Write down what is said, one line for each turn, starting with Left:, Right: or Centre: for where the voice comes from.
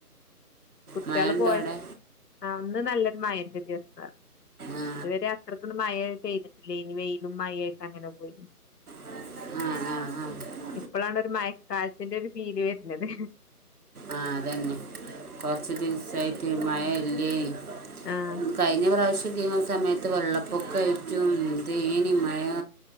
Left: കുട്ട്യാള്
Right: മയണ്ടൊവ്ടെ
Left: പോയ ആഹ് ഒന്ന്നല്ലോര് മഴന്റെ ദിവസ്സ
Right: ആ
Left: ഇതുവരെ അത്രക്ക്ണ് മഴ പെയ്തിട്ടില്ലേയ്നി വെയിലും മഴയൊക്കെ അങ്ങനെ പോയി
Right: ആഹ്‌ ആഹ് ആഹ്
Left: ഇപ്പൊളാണ് ഒരു മയക്കാലത്തിന്റെ ഒരു ഫീല് വെര്ണത്
Right: ആഹ് അതന്നെ കൊറ്ച്ച് ദിവസ്സയിറ്റ് മഴ ഇല്ലേയ്നി
Left: ആഹ്
Right: ഉം കഴിഞ്ഞപ്രാവശ്യം <unintelligible> സമയത്ത് വെള്ളപ്പൊക്കെയ്റ്റും ഏന്തേയ്നി മയ